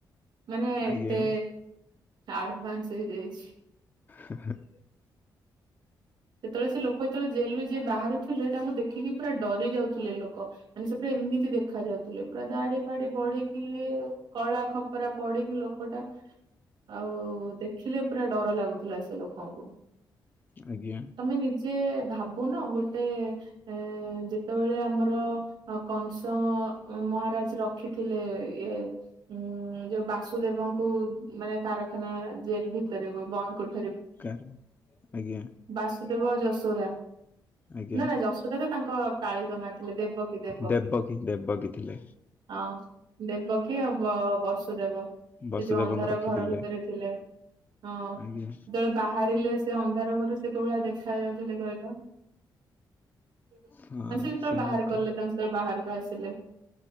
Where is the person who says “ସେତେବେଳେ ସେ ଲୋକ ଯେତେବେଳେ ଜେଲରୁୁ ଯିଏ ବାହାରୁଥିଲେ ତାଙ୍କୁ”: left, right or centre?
Right